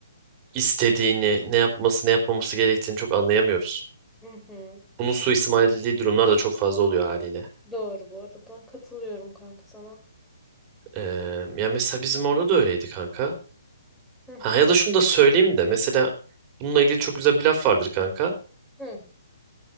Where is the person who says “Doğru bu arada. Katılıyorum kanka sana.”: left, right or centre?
Centre